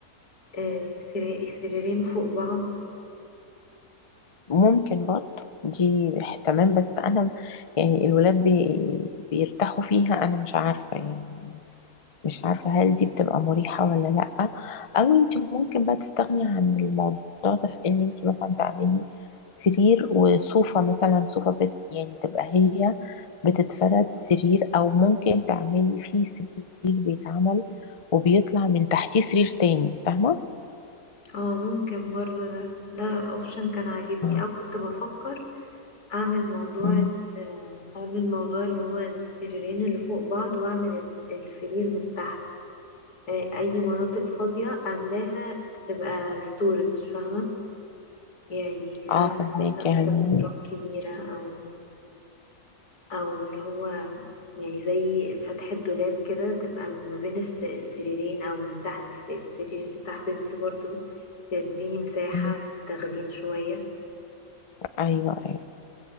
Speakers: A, on the left; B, on the left.
A: آه سري- سريرين فوق بعض
B: ممكن برضه دي تمام بس انا يعني الولاد بي بيرتاحوا فيها انا مش عارفة يعني مش عارفة هل دي بتبقى مريحة ولا لأ أو أنت ممكن بقى تستغني عن الموضوع ده في إن أنت مثلا تعملي سرير وصوفة مثلا صوفة بت يعني تبقى هي بتتفرد سرير أو ممكن تعملي فيه سرير بيتعمل وبيطلع من تحتيه سرير تاني فاهمة؟
A: اه ممكن برضو ده ده اوبشن كان عاجبني
B: اه
A: او كنت بفكر اعمل موضوع
B: أمم.
A: ال- اعمل موضوع اللي هو السريرين اللي فوق بعض واعمل ال- السرير من تحت آه، اي مناطق فاضية اعملها تبقى ستورج فاهمة يعني
B: آه،
A: اعمل
B: فاهماك
A: مثلا
B: يعني
A: زي تراب كبيرة او او اللي هو يعني زي فتحة دولاب كده تبقى ما بين الس- السريرين او من تحت الس- السرير اللي تحت دي برضو تديني مساحة
B: أمم.
A: في التخزين شوية
B: أيوه أيوه